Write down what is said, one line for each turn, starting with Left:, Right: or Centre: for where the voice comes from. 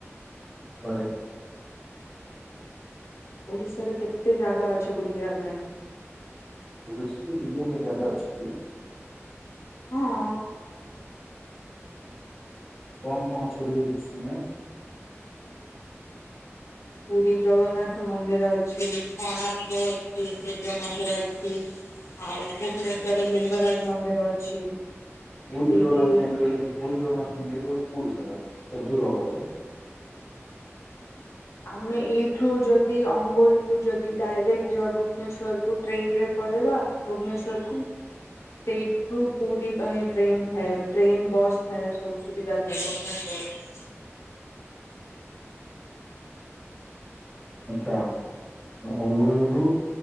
Centre: ପରେ।
Left: ଓଡ଼ିଶାରେ କେତେ ଜାଗା ଅଛି ବୁଲିବା ପାଇଁ।
Centre: ଓଡ଼ିଶାରେ ବୁଲିବାପାଇଁ ଜାଗା ଅଛି କି?
Left: ହଁ।
Centre: କଣ କଣ ଅଛି ଟିକେ ଶୁନେ।
Left: ପୁରୀ ଜଗନ୍ନାଥ ମନ୍ଦିର ଅଛି କୋଣାର୍କ ଅଛି ସୂର୍ଯ୍ୟ ମନ୍ଦିର ଅଛି। ଆଉ ଭୁବନେଶ୍ଵରରେ ଲିଙ୍ଗରାଜ ମନ୍ଦିର ଅଛି।
Centre: ପୁରୀ
Left: ସେଇଠି
Centre: ଜଗନ୍ନାଥ ମନ୍ଦିର ପୁରୀ ଜଗନ୍ନାଥ ମନ୍ଦିର କୋଉଠି ସେଟା କେତେ ଦୂର ହେବ ଯେ?
Left: ଆମେ ଏଇଠୁ ଯଦି ଅନଗୋଲରୁ ଯଦି ଡାଇରେକ୍ଟ୍ ଯିବା ଭୁବନେଶ୍ଵରକୁୁ ଟ୍ରେନ୍ ରେ ପଳେଇବା ଭୁବନେଶ୍ଵରକୁ ସେଇଠୁ ପୁରୀ ପାଇଁ ଟ୍ରେନ୍ ଥାଏ ଟ୍ରେନ୍ ବସ୍ ଥାଏ ସବୁ ସୁବିଧା ଥାଏ ଗର୍ମେଣ୍ଟ ବସ୍
Centre: ଆଚ୍ଛା
Left: ହଁ
Centre: ଅଙ୍ଗୋଲରୁ